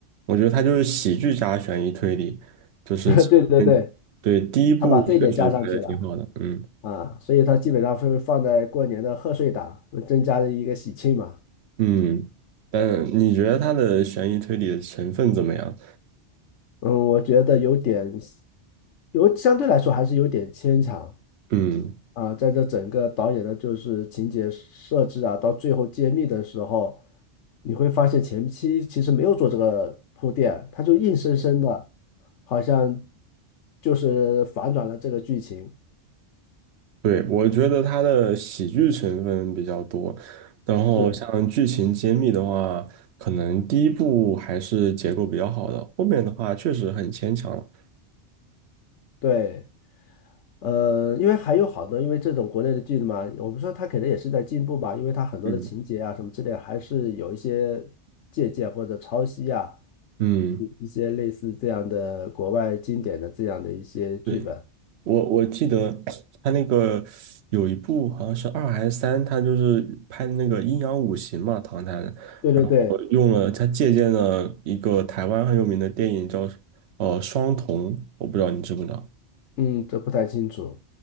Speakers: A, on the right; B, on the left.
A: 我觉得它就是喜剧加悬疑推理，就是其实对，
B: <laughs> 对对对，
A: 第一部确实拍的挺好的，
B: 它把这一点加上去了。
A: 嗯
B: 啊，所以它基本上会放在过年的贺岁档，增加的一个喜庆嘛。
A: 嗯，但你觉得它的悬疑推理的成分怎么样？
B: 嗯，我觉得有点，有相对来说还是有点牵强
A: 嗯，
B: 啊。在这整个导演的就是情节设置啊，到最后揭秘的时候，你会发现前期其实没有做这个铺垫，他就硬生生的，好像就是反转了这个剧情。
A: 对，我觉得它的喜剧成分比较多，然后像剧情揭秘的话，
B: 是，
A: 可能第一部还是结构比较好的，后面的话确实很牵强了，
B: 对。呃，因为还有好多，因为这种国内的剧嘛，我们说它可能也是在进步吧，因为它很多的情节啊什么之类，
A: 嗯
B: 还是有一些借鉴或者抄袭啊，
A: 嗯。
B: 一一些类似这样的国外经典的这样的一些剧本。
A: 对。我我记得 <smacks lips> 他那个有一部好像是二还是三，他就是拍的那个《阴阳五行》嘛，唐探，
B: 对对对，
A: 我用了他借鉴了一个台湾很有名的电影叫呃《双瞳》，我不知道你知不知道。
B: 嗯，这不太清楚。